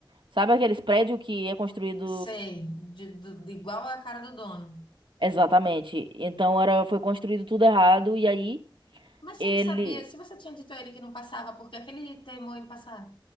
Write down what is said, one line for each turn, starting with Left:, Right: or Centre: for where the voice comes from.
Right: Sabe aqueles prédios que é construído.
Left: sei. De, do- de igual a cara do dono.
Right: Exatamente. Então era, foi construído tudo errado e aí
Left: Mas se
Right: ele,
Left: ele sabia, se você tinha dito a ele que não passava, por que é que ele teimou em passar?